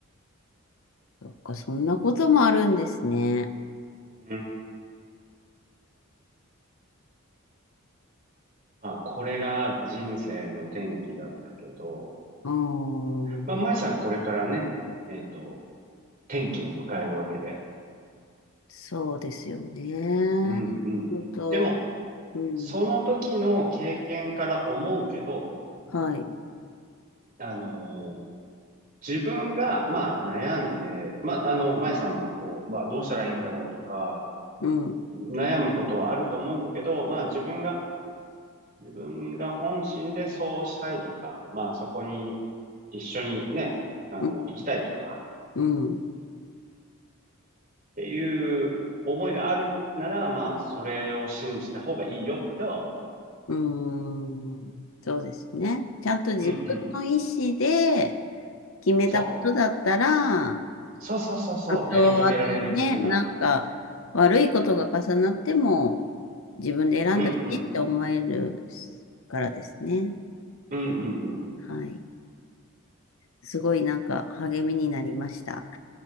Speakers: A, on the left; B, on the right.
A: そっか、そんなこともあるんですね。
B: うん。まあ、これが人生の転機だったけど、
A: うーん、
B: まあ、舞さんこれからね、えっと、転機を迎えるわけで。
A: そうですよね。
B: うんうん。
A: 本当、
B: でも、
A: うん、
B: その時の経験から思うけど、
A: はい、
B: あの自分が、まあ、悩んで、まあ、あの、舞さんも、こう、はどうしたらいいんだろうとか、
A: うん、
B: 悩むことはあると思うけど、まあ、自分が、自分が本心でそうしたいとか、まあ、そこに一緒にね、あの、
A: うん、
B: 行きたいとか、
A: うん、
B: っていう思いがあるなら、まあ、それを信じた方がいいよっては、
A: うん、そうですね。ちゃんと自分の意思で
B: うんうん、
A: 決めたことだったら、
B: そう。そうそうそうそう、
A: あと、
B: やり遂げられる的な。
A: あとね、なんか悪いことが重なっても自分で選んだしって思える
B: うんうん、
A: からですね。
B: うんうんうん。
A: はい。すごいなんか励みになりました。